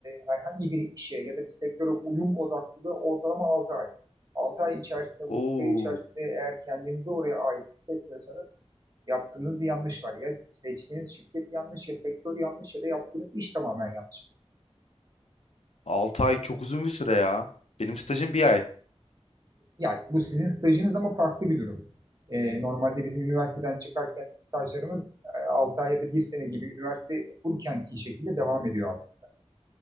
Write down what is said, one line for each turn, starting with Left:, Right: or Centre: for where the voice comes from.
Right: herhangi bir işe ya da bir sektöre uyum odaklılığı ortalama 6 ay. 6 ay içerisinde, bu süre
Left: Oo,
Right: içerisinde eğer kendinizi oraya ait hissetmiyorsanız yaptığınız bir yanlış var. Ya seçtiğiniz şirket yanlış, ya sektör yanlış ya da yaptığınız iş tamamen yanlış.
Left: 6 ay çok uzun bir süre ya. Benim stajım bir ay.
Right: Yani bu sizin stajınız ama farklı bir durum. Ee, normalde bizim üniversiteden çıkarken stajlarımız 6 ay ya da bir sene gibi üniversite okurkenki şekilde devam ediyor aslında.